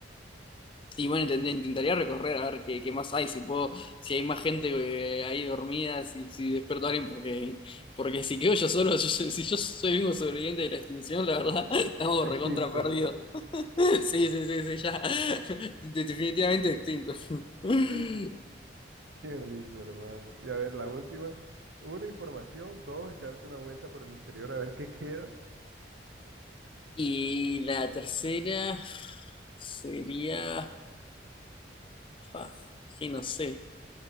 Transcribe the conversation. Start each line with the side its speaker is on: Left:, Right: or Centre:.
Left: y bueno, intent- intentaría recorrer a ver qué, qué más hay, si puedo, si hay más gente eh, ahí dormida, si, si despierto a alguien, porque, porque si quedo yo solo, <laughs> yo- yo- si yo soy el único sobreviviente de la extinción, la verdad, <laughs> estamos
Right: Extintos.
Left: recontra perdidos. <laughs> Sí, sí, sí, sí, ya. <laughs> De- Definitivamente extinto. <laughs>
Right: <laughs> Qué risa, hermano. Y a ver, la última. Una, información. Dos, echarte una vuelta por el exterior a ver qué queda.
Left: Y la tercera sería... ah, que no sé.